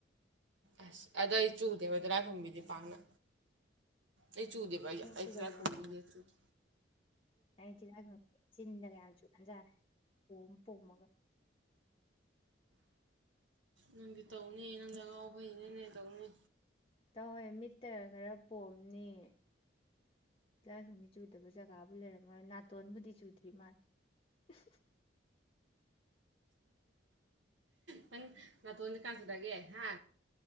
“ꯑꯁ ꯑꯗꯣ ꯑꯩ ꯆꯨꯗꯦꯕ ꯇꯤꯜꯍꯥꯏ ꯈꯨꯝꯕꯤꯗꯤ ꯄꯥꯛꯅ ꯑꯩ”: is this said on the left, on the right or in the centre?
Right